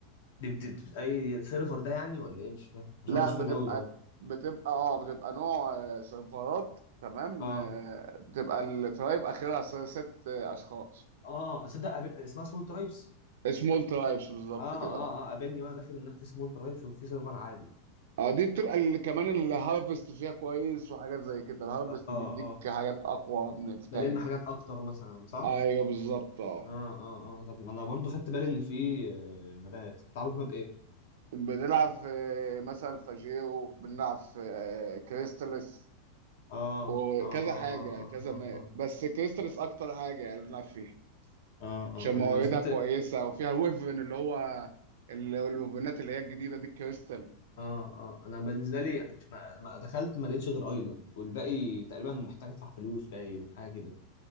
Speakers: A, on the left; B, on the right.
A: دي بت... بت- اي سيرفر ده يعني ولا ايه مش فاهم عشان
B: لا
A: أنا مش
B: بتبقى
A: فاهم قوي معايا
B: بتبقى اه بتبقى نوع آه، سيرفرات تمام
A: اه
B: آه، بتبقى الترايب آخرها س- ست آه، أشخاص
A: اه صدق قاب- اسمها سمول ترايبس
B: سمول ترايبس بالظبط
A: اه اه
B: كده
A: اه قابلني وانا داخل إنها في سمول ترايبس وفي سيرفر عادي
B: اه دي بتبقى ال- كمان الهارفست فيها كويس وحاجات زي كده الهارفست
A: اه
B: بيديك
A: اه
B: حاجات أقوى من التانية
A: بلم حاجات اكتر مثلا صح
B: ايوه بالظبط اه
A: اه اه اه طب ما انا برضو خدت بالي ان في آه، مبات بتعرف ماب ايه
B: بنلعب في مثلا فاجيرو بنلعب في آه، كريستالس
A: اه
B: وكذا
A: اه اه
B: حاجة
A: اه اه
B: كذا
A: اه
B: ما
A: اه
B: بس كريستالس أكتر حاجة يعني بنلعب فيها
A: اه آه.
B: عشان
A: انا
B: مواردها
A: نزلت
B: كويسة
A: اه
B: وفيها ويفرن اللي هو ال- الويفرنات اللي هي الجديدة دي الكريستال
A: اه انا بالنسبه لي أنا مش- ما ما دخلت ما لقيتش غير ايلاند والباقي تقريبا محتاج ادفع فلوس باين حاجه كده